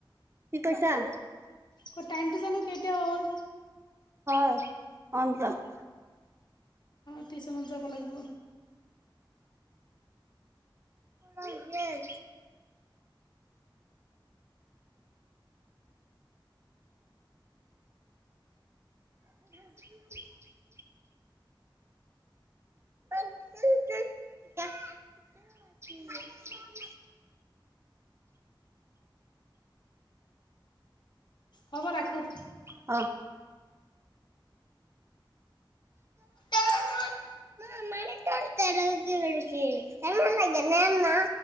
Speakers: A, on the right (about 30°); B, on the left (about 60°).
A: কি কৈছাঁ?
B: অঁ টাইম টো জানোঁ, কেইটা হ'ল।
A: হয়ঁ, অন্তৰাম।
B: টিউচনত যাব লাগিব।
A: ক, এতিয়াই। <unintelligible> <unintelligible>
B: হ'ব ৰাখোঁ।
A: অঁ!
B: তাৰে তাৰ-
A: না মাৰেতোৰ তেৰেকি, চি তেনে লাগে লাগে নে মা।